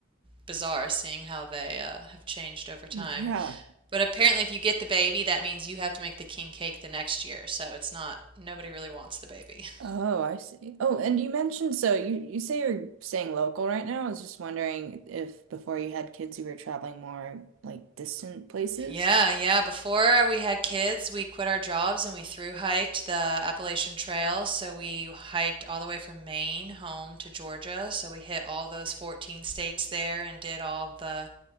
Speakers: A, on the right; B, on the right.
A: bizarre seeing how they uh, have changed over time.
B: Yeah.
A: But apparently, if you get the baby, that means you have to make the king cake the next year, so it's not, nobody really wants the baby. <laughs>
B: Oh, I see. Oh, and you mentioned so you you say you're staying local right now. I was just wondering if before you had kids you were traveling more like distant places.
A: Yeah, yeah. Before we had kids, we quit our jobs and we through hiked the Appalachian Trail. So we hiked all the way from Maine home to Georgia. So we hit all those 14 states there and did all the